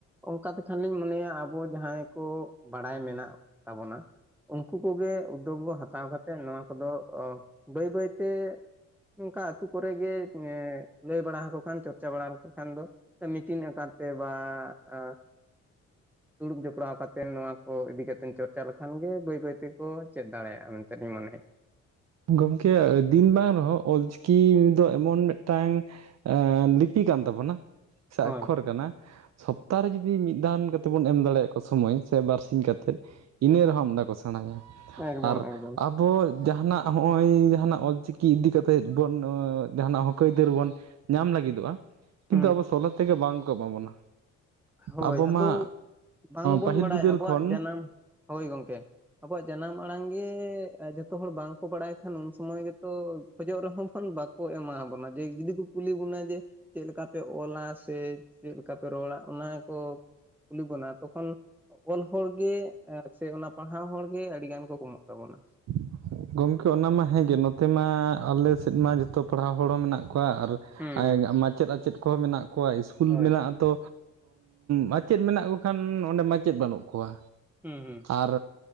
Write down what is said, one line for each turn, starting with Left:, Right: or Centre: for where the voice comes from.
Centre: ᱚᱝᱠᱟ ᱛᱮᱠᱷᱟᱱᱞᱤᱧ ᱢᱚᱱᱮᱭᱟ ᱟᱵᱚ ᱡᱟᱦᱟᱸᱭ ᱠᱚ ᱵᱟᱲᱟᱭ ᱢᱮᱱᱟᱜ ᱛᱟᱵᱚᱱᱟ ᱩᱱᱠᱩ ᱠᱚᱜᱮ ᱩᱫᱽᱫᱳᱜᱽ ᱵᱚ ᱦᱟᱛᱟᱣ ᱠᱟᱛᱮᱫ ᱱᱚᱣᱟ ᱠᱚᱫᱚ ᱵᱟᱹᱭ ᱵᱟᱹᱭ ᱛᱮ ᱚᱝᱠᱟ ᱟᱛᱩ ᱠᱚᱨᱮᱜ ᱜᱮ ᱞᱟᱹᱭ ᱵᱟᱲᱟ ᱟᱠᱚ ᱠᱷᱟᱱ ᱪᱚᱨᱪᱟ ᱵᱟᱲᱟ ᱟᱠᱚ ᱠᱷᱟᱱ ᱫᱚ ᱢᱤᱴᱤᱱ ᱟᱠᱟᱫ ᱛᱮ ᱵᱟᱻ ᱟ ᱫᱩᱲᱩᱵ ᱡᱚᱯᱲᱟᱣ ᱠᱟᱛᱮ ᱱᱚᱣᱟ ᱠᱚ ᱤᱫᱤ ᱠᱟᱛᱮ ᱪᱚᱨᱪᱟ ᱞᱮᱠᱷᱟᱱ ᱜᱮ <unintelligible> <unintelligible> ᱛᱮᱠᱚ ᱪᱮᱫ ᱫᱟᱲᱮᱭᱟᱜᱼᱟ ᱢᱮᱱᱛᱮᱫ ᱤᱧ ᱢᱚᱱᱮᱭᱟ
Right: ᱜᱚᱝᱠᱮ <unintelligible> ᱵᱟᱝ ᱨᱮᱦᱚᱸ ᱚᱞᱪᱤᱠᱤ ᱫᱚ ᱮᱢᱚᱱ ᱢᱤᱫ ᱴᱟᱝ ᱞᱤᱯᱤ ᱠᱟᱱ ᱛᱟᱵᱚᱱᱟ ᱥᱮ
Centre: ᱦᱳᱭ
Right: ᱟᱠᱠᱷᱚᱨ ᱠᱟᱱᱟ ᱥᱚᱯᱛᱟ ᱨᱮ ᱡᱩᱫᱤ ᱢᱤᱫ ᱫᱟᱱ ᱠᱟᱛᱮᱫ ᱵᱚᱱ ᱮᱢ ᱫᱟᱲᱮᱭᱟ ᱠᱚᱣᱟ ᱥᱚᱢᱚᱭ ᱥᱮ ᱵᱟᱨ ᱥᱤᱧ ᱠᱟᱛᱮᱫ ᱤᱱᱟᱹ ᱨᱮᱦᱚᱸ ᱟᱢᱫᱟ ᱠᱚ ᱥᱮᱬᱟᱭᱟ
Centre: ᱮᱠᱫᱚᱢ
Right: ᱟᱨ
Centre: ᱮᱠᱫᱚᱢ
Right: ᱟᱵᱚ ᱡᱟᱦᱟᱸᱱᱟᱜ ᱦᱚᱸᱜᱼᱚᱭ ᱡᱟᱦᱟᱸᱱᱟᱜ ᱚᱞ ᱪᱤᱠᱤ ᱤᱫᱤ ᱠᱟᱛᱮᱫ ᱵᱚᱱ ᱡᱟᱦᱟᱸᱱᱟᱜ ᱦᱚᱠ ᱟᱹᱭᱫᱟᱹᱨ ᱵᱚᱱ ᱧᱟᱢ ᱞᱟᱹᱜᱤᱫᱚᱜᱼᱟ ᱠᱤᱱᱛᱩ
Centre: ᱦᱩᱸ
Right: ᱟᱵᱚ ᱥᱚᱞᱦᱮ ᱛᱮᱜᱮ ᱵᱟᱝ ᱠᱚ ᱮᱢᱟ ᱵᱚᱱᱟ
Centre: ᱦᱳᱭ
Right: ᱟᱵᱚ
Centre: ᱟᱫᱚ
Right: ᱢᱟ
Centre: ᱵᱟᱝᱵᱚᱱ
Right: ᱯᱟᱹᱦᱤᱞ
Centre: ᱵᱟᱲᱟᱭᱟ
Right: ᱵᱤᱫᱟᱹᱞ
Centre: ᱟᱵᱚᱣᱟᱜ
Right: ᱠᱷᱚᱱ
Centre: ᱡᱟᱱᱟᱢ ᱦᱳᱭ ᱜᱚᱝᱠᱮ ᱟᱵᱚᱣᱟᱜ ᱡᱟᱱᱟᱢ ᱟᱲᱟᱝ ᱜᱮᱻ ᱡᱷᱚᱛᱚ ᱦᱚᱲ ᱵᱟᱝᱠᱚ ᱵᱟᱲᱟᱭ ᱠᱷᱟᱱ ᱩᱱ ᱥᱚᱢᱚᱭ ᱜᱮᱛᱚ ᱠᱷᱚᱡᱚᱜ ᱨᱮᱦᱚᱸ ᱵᱚᱱ ᱵᱟᱠᱚ ᱮᱢᱟ ᱵᱚᱱᱟ ᱡᱮ ᱡᱩᱫᱤ ᱠᱚ ᱠᱩᱞᱤ ᱵᱚᱱᱟ ᱡᱮ ᱪᱮᱫ ᱞᱮᱠᱟᱯᱮ ᱚᱞᱟ ᱥᱮ ᱪᱮᱫ ᱞᱮᱠᱟ ᱯᱮ ᱨᱚᱲᱟ ᱚᱱᱟ ᱠᱚ ᱠᱩᱞᱤ ᱵᱚᱱᱟ ᱛᱚᱠᱷᱚᱱ ᱚᱞ ᱦᱚᱲ ᱜᱮ ᱥᱮ ᱚᱱᱟ ᱯᱟᱲᱦᱟᱣ ᱦᱚᱲ ᱜᱮ ᱟᱹᱰᱤᱜᱟᱱ ᱠᱚ ᱠᱚᱢᱚᱜ ᱛᱟᱵᱚᱱᱟ
Right: <inaudible> ᱜᱚᱝᱠᱮ ᱚᱱᱟ ᱢᱟ ᱦᱮᱸᱜᱮ ᱱᱚᱛᱮ ᱢᱟ ᱟᱞᱮ ᱥᱮᱫ ᱢᱟ ᱡᱚᱛᱚ ᱯᱟᱲᱦᱟᱣ ᱦᱚᱲ ᱦᱚᱸ ᱢᱮᱱᱟᱜ ᱠᱚᱣᱟ ᱟᱨ
Centre: ᱦᱩᱸ ᱦᱩᱸ
Right: ᱢᱟᱪᱮᱫ ᱟᱪᱮᱫ ᱠᱚ ᱢᱮᱱᱟᱜ ᱠᱚᱣᱟ ᱤᱥᱠᱩᱞ
Centre: ᱦᱳᱭ
Right: ᱢᱮᱱᱟᱜᱼᱟ ᱛᱚ ᱢᱟᱪᱮᱫ ᱢᱮᱱᱟᱜ ᱠᱚᱠᱷᱟᱱ ᱚᱸᱰᱮ ᱢᱟᱪᱮᱫ ᱵᱟᱹᱱᱩᱜ ᱠᱚᱣᱟ᱾
Centre: ᱦᱩᱸ ᱦᱩᱸ
Right: ᱟᱨ